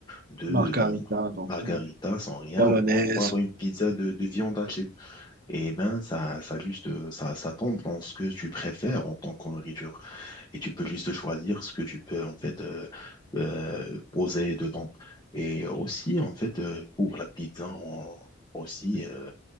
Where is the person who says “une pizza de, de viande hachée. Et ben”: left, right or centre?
Left